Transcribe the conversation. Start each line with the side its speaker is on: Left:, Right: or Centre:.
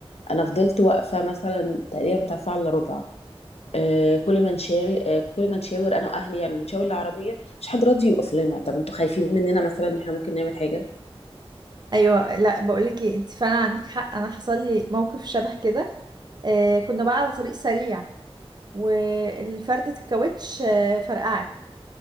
Left: انا فضلت واقفه مثلا تقريبا بتاع ساعه الا ربع آه، كل ما نشارك آه، كل ما نشاور انا واهلي يعني نشاور العربيه مش حد راضي يوقف لنا طب انتوا خايفين مننا مثلا ان احنا ممكن نعمل حاجه
Right: ايوه لا بقولك ايه انت فعلا عندك حق انا حصل لي موقف شبه كده آه، كنا بقى على طريق سريع والفردة الكاوتش آه، فرقعت